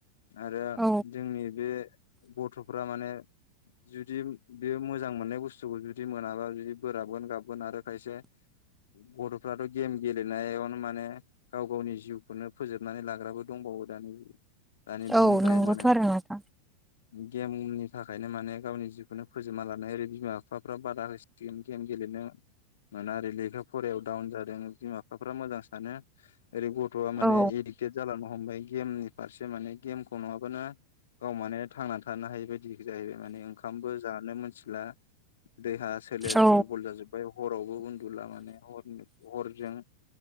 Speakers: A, on the left (about 60°); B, in the centre.
A: आरो
B: औ
A: जोंनि बे गथ'फ्रा माने जुदि बियो मोजां मोननाय बुस्थुखौ जुदि मोनाबा जुदि बोराबगोन गाबगोन आरो खायसे गथ'फ्राथ' गेम गेलेनायावनो माने गाव गावनि जिउखौनो फोजोबनानै लाग्राबो दंबावो दानि दानि बे
B: औ
A: मुगायाव
B: नंगौथ'
A: माने
B: आरो नोंथां
A: गेमनि थाखायनो माने गावनि जिउखौनो फोजोबना लानाय ओरै बिमा बिफाफ्रा बादा हो गेम गेलेनो मोना ओरै लेखा फरायायाव डाउन जादों बिमा बिफाफ्रा मोजां सानो ओरै गथ' थ'आ माने
B: औ
A: इदिकटेत जालांनो हमबाय गेमनि फारसे माने गेमखौ नङाबानो गाव मान थांनानै थानो हायि बायदि जाहैबाय माने ओंखामबो जानो मोनथिला देहा सोलेर
B: औ
A: दुरबल जाजोब्बाय हरावबो उन्दुला माने ह हरजों